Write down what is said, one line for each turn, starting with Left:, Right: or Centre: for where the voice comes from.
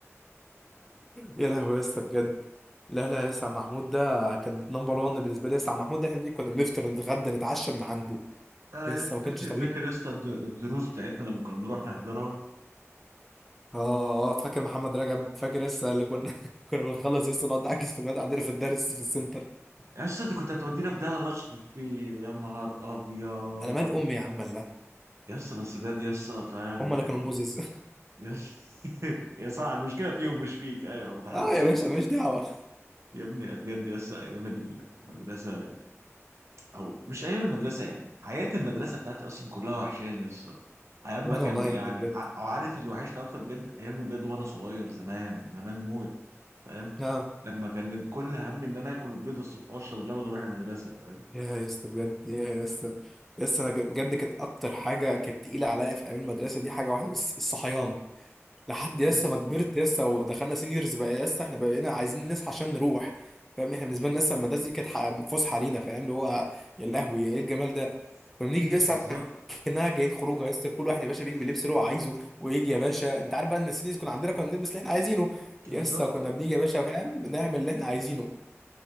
Centre: يا لهوي يا اسطى بجد لا لا يا اسطى عم محمود ده كان نمبر 1 بالنسبه لي يا اسطى عم محمود ده احنا كنا بنفطر نتغدى نتعشى من عنده
Right: اه
Centre: يا
Right: يا
Centre: اسطى
Right: اسطى
Centre: ما
Right: فاكر
Centre: كانش طبيعي
Right: فاكر يا اسطى الد- الدروس بتاعتنا لما كنا بنروح نحضرها
Centre: اه آه، فاكر محمد رجب فاكر لسه اللي كنا <laughs> كنا بنخلص لسه نقعد نعكس في بيت عندنا في الدرس في السنتر
Right: يا اسطى انت كنت هتودينا في ده الله يخرب بيه يا نهار ابيض
Centre: انا مال امي يا عم الله
Right: يس بس بجد يس فاهم
Centre: هم
Right: يعني
Centre: اللي كانوا موزز <laughs>
Right: يس <laughs> يا صح المشكله فيهم مش فيك ايوه متحرش
Centre: اه يا باشا
Right: يعني.
Centre: انا مش دعوه
Right: يا ابني بجد يس ايام المدرسه او مش ايام المدرسه يعني حياه المدرسه بتاعتي اصلا كلها وحشاني يس ايام
Centre: وانا
Right: ما كان
Centre: والله
Right: يعني
Centre: يا ابني بجد
Right: ع- او عارف اللي وحشني اكتر بجد ايام بجد وانا صغير زمان زمان موت فاهم
Centre: اه
Right: لما كان كل همي ان انا اكل البيض الصبح واشرب لبن واروح المدرسه فاهم
Centre: يا يا اسطى بجد يا يا اسطى يا اسطى انا ك- بجد كانت اكتر حاجه كانت تقيله عليا في ايام المدرسه دي حاجه واحده بس الصحيان لحد
Right: <laughs>
Centre: يا
Right: يس
Centre: اسطى ما كبرت يا اسطى ودخلنا سينيورز بقى يا اسطى احنا بقينا عايزين نصحى عشان نروح فاهم احنا بالنسبه لنا لسه المدرسه دي كانت ح- فسحه لينا فاهم اللي هو يا لهوي ايه الجمال ده كنا بنيجي
Right: بالظبط
Centre: يا اسطى كانها جايين خروجه يا اسطى كل واحد يا باشا بيجي باللبس اللي هو عايزه ويجي يا باشا انت عارف بقى ان السينيورز كنا عندنا كنا بنلبس اللي احنا عايزينه يا
Right: بالظبط
Centre: اسطى كنا بنيجي يا باشا فاهم نعمل اللي احنا عايزينه